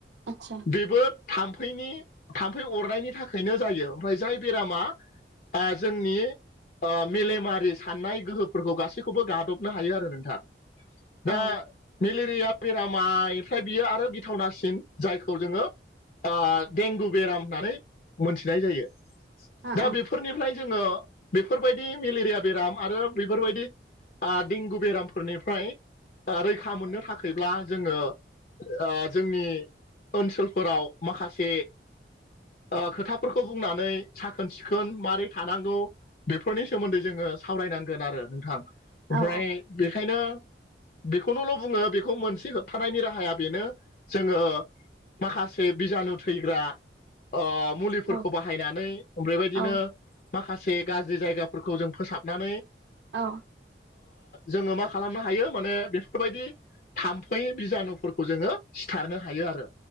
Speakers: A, on the right (about 80°); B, on the left (about 50°).
A: आतसा।
B: बेबो थाम्फैनि थाम्फै अरनायनि थाखायनो जायो ओमफ्राय जाय बेरामा आ जोंनि ओ मेलेमारि साननाय गोहोफोरखौ गासैखौबो गाद'बनो हायो आरो नोंथां। दा
A: औ
B: मेलेरिया बेराम मायफ्राय बियो आरो गिथावनासिन जायखौ जोंङो ओ देंगु बेराम होननानै मोनथिनाय जायो।
A: ओ
B: दा बेफ फोरनिफ्राय जोङो बेफोरबायदि मेलेरिया बेराम आरो बेफोरबायदि आं देंगु बेरामफोरनिफ्राय ओ रैखा मोननो थाखाय <unintelligible> ब्ला जोंङो ओ जोंनि ओनसोलफोराव माखासे ओ खोथाफोरखौ बुंनानै साखोन सिखोन <unintelligible> मारै थानांगौ बेफोरनि सोमोन्दै जोङो सावरायनांगोन आरो नोंथां।
A: औ
B: ओमफ्राय
A: औ
B: बेखायनो बेखौनोल' बुङो बेखौ मोनसे होबथानायनि राहाया बेनो जोङो माखासे बिजानु थैग्रा अ मुलिफोरखौ
A: औ
B: बाहायनानै ओमफ्राय बायदि
A: औ
B: माखासे गाज्रि जायगाफोरखौ जों फोसाबनानै
A: औ
B: जोंङो मा खालामनो हायो माने बेफोरबायदि थाम्फै बिजानुफोरखौ जोङो सिथारनो हायो आरो